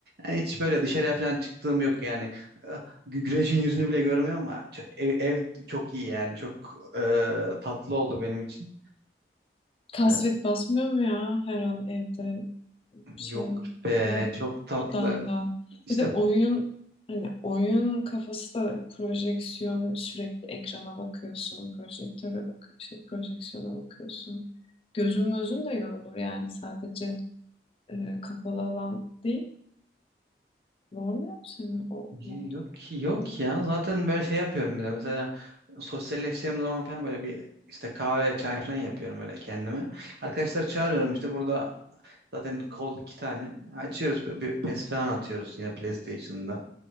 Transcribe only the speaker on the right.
Yani hiç böyle dışarıya falan çıktığım yok yani. E, gü- Güneşin yüzünü bile görmüyorum ama ço- ev, ev çok iyi yani. Çok e, tatlı oldu benim için.
E,
yok be
çok tatlı.
İşte
Yok
yok ya. Zaten böyle şey yapıyorum bir de. Mesela sosyalleşeceğim zaman falan böyle bir işte kahve, çay falan yapıyorum öyle kendime. Arkadaşlar çağırıyorum işte burada zaten kol iki tane. Açıyoruz bir bir PES falan atıyoruz yine PlayStation'da.